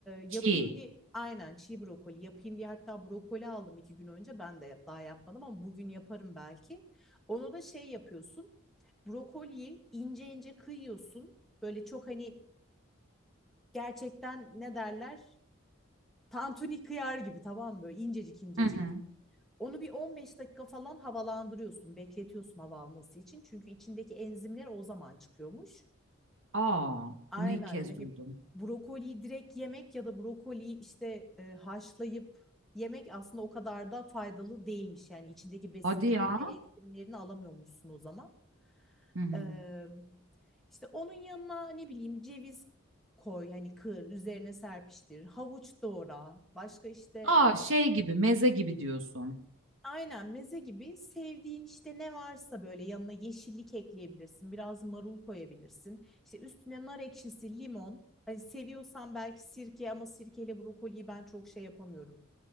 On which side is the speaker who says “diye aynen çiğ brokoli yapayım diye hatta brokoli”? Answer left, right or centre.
Centre